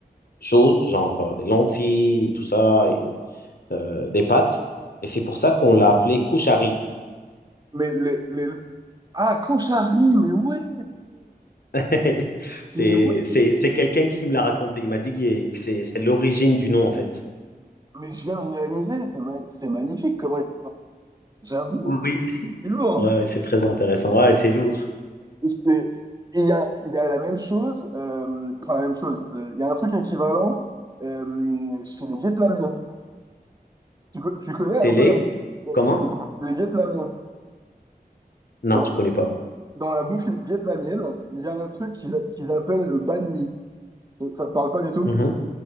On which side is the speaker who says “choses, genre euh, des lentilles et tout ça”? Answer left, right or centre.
Left